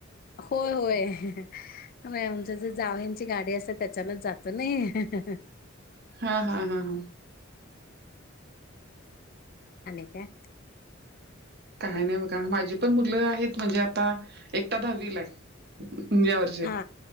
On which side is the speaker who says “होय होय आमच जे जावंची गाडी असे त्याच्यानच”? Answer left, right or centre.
Left